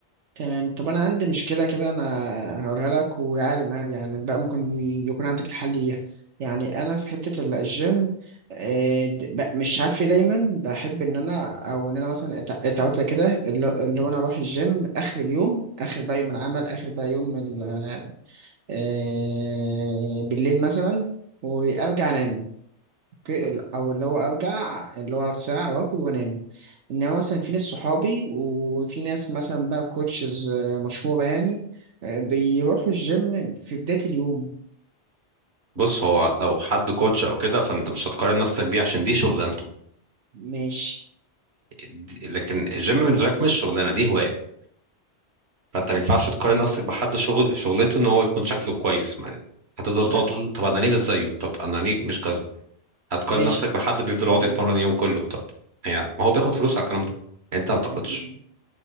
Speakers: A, on the right (about 85°); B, on the right (about 65°).
A: تمام طب انا عندي مشكله كده انا هقولها لك ويعني عادي يعني بقى ممكن يكون عندك الحل ليها يعني انا في حته ال- الجيم آه، د- ب- مش عارف ليه دايما بحب ان انا او ان انا مثلا اتع- اتعودت كده اللي اللي هو انا اروح الجيم اخر اليوم اخر بقى يوم العمل اخر بقى يوم ال- آه، بالليل مثلا وارجع انام اوكي او اللي هو ارجع اللي هو اقعد ساعه واكل وانام انما مثلا في ناس صحابي وفي ناس مثلا بقى كوتشز مشهوره يعني آه، بيروحوا الجيم في بدايه اليوم
B: بص هو لو حد كوتش او كده فانت مش هتقارن نفسك بيه عشان دي شغلانته
A: ماشي
B: دي- لكن الجيم بالنسبه لك مش شغلانه دي هوايه فانت ما ينفعش تقارن نفسك بحد شغل شغلته ان هو يكون شكله كويس ما- هتفضل
A: لا
B: تقعد تقول
A: بس
B: طب انا ليه مش زيه طب انا ليه مش كذا هتقارن
A: ماشي
B: نفسك
A: بس
B: بحد بيفضل يقعد
A: آه،
B: يتمرن اليوم كله طب هي ما هو بياخد فلوس على الكلام ده انت ما بتاخدش
A: اكيد